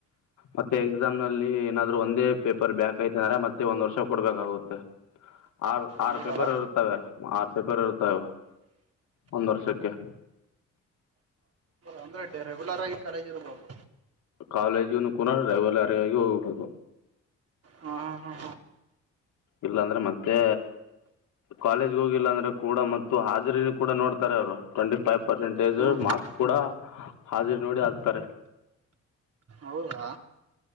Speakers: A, on the left (about 75°); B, on the right (about 50°).
A: ಮತ್ತೆ ಎಕ್ಸಾಮ್ಲ್ಲಿ ಲ್ಲಿ ಏನಾದ್ರು ಒಂದೇ ಪೇಪರ್ ಬ್ಯಾಕ್ ಐತ ಅಂದ್ರ ಮತ್ತೆ ಒಂದ್ ವರ್ಷ ಕೊಡ್ಬೇಕಾಗುತ್ತೆ ಆರು ಆರು
B: ಹೌದಲ್ಲ
A: ಪೇಪರ್ ಇರುತ್ತವೆ ಆರು ಪೇಪರ್ ಇರುತ್ತವು ಒಂದ್ ವರ್ಷಕ್ಕೆ
B: ಅಂದ್ರೆ ಡ ರೆಗ್ಯುಲರ್ ಆಗಿ ಕಾಲೇಜ್ ಇರ್ಬೇಕು
A: ಕಾಲೇಜಿನ ಕೂನ ರೆವಲ್ರಿಗಾಗಿ ಹೋಗ್ಬೇಕು
B: ಹ್ಮ ಹಾ ಹಾ
A: ಇಲ್ಲಾಂದ್ರೆ ಮತ್ತೆ ಕಾಲೇಜ್ ಹೋಗಿಲ್ಲಾ ಅಂದ್ರೆ ಕೂಡ ಮತ್ತು ಹಾಜರಿನ ಕೂಡ ನೋಡ್ತಾರೆ ಅವರು ಟ್ವೆಂಟಿಫೈವ್ ಪರ್ಸೆಂಟೇಜ್
B: ಹಾಂ ಹಾಂ
A: ಮಾ ಕೂಡ ಹಾಜರಿ ನೋಡಿ ಹಾಕ್ತಾರೆ
B: ಹೌದಾ